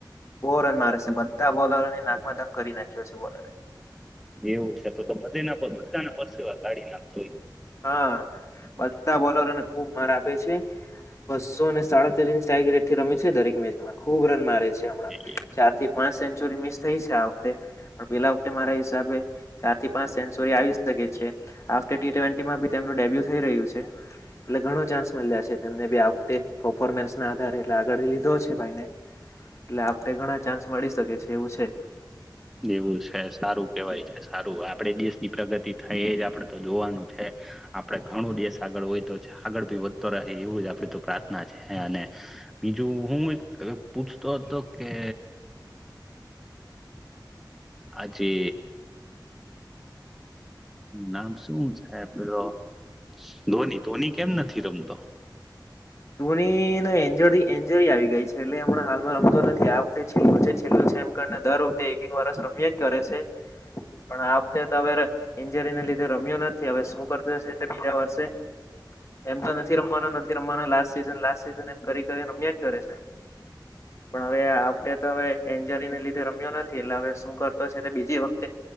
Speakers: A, on the left; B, in the centre.
A: બહ રન મારે છે બધા બોલરોને નાકમાં ધબ કરી નાખે ક બોલે
B: એવું છે તો તો બધા ના બધા ના પાસે ગાડી નાખ
A: હા બધધા બોલોને ખુબ આપ છે બસો અને સાડાતેર રટ થી રમે છે દરેક મેચમાં ખુબ રન મારે છે હણા
B: એ
A: ચાર થી પાંચ સેન્ચુરી મિસ થઈ છે આ વખતે પેલા વખતે મારા હિસાબે ચાર થી પાંચ સેન્ચુરી આવી શકે છે ટીવે નું ડેબ્યુ થઈ રહ્યું છે એટલે ઘણો ચાન્સ મળ્યા છેનેફોર્મન્સ ના આધારે એ આગળ લીધો છે ભાઈને એટલે ઘણા ચાન્સ મળી શકે છે એવું છે
B: એવું છે સારું કેવાય છે સારું આ આપણે દેશની પ્રગતિ થઈ એ જ આપડે તો જોવાનું છે આપડ ઘણો દેશ આગળ હોયતો છે આગળ ભી વધતો રહે એવું જ આપડ તો પ્રાર્થના છે અને બીજું હું પૂછતો હતો કે આજે નામ શું છે હ પેલો ધોની ધોની કેમ નથી રમતો
A: ધોની એન્જરી એન્જરી આવી ગઈ છે એટલે હમણા હાલમાં રમતો નથી આ વખતે છેલ્લું છે છેલ્લું છે એમ કરીને દર વખતે એક એક વરષ રમ્યો જ કરે છે પણ આ વખતે હવે એન્જરીને લીધે રમ્યો નથી હવે શું કરતો હશે બીજા વર્ષે એમ તો નથી રમવાના નથી રમવાના લાસ્ટ સીઝન લાસ્ટ સીઝન એમ કરી કરી રમ્યા જ કરે છે પણ હવે આપડે તો હવે એન્જરીલ રમ્યો નથી એટલે હવે શું કરતો છે બીજી વખતે